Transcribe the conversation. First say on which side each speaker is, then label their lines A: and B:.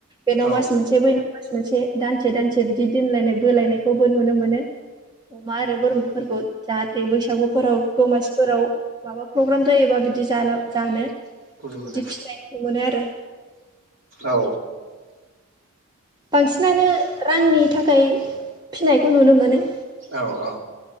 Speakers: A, on the right (about 20°); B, on the right (about 55°).
A: बेनाव
B: औ
A: मास मोनसे बैनाव मास मोनसे दानसे दानसे बिदि दोनलायनाय बोलायनायखौबो नुनो मोनो अमा आरो बोरमाफोरखौ जाहाथे बैसागुफोराव दमासिफोराव माबा प्रग्राम जायोबा बिदि जाला जानो
B: खुलुमबाय
A: बिदि फिनायनायखौ मोनो आरो।
B: औ।
A: बांसिनानो रांनि थाखाय फिनायखौ नुनो मोनो।
B: औ औ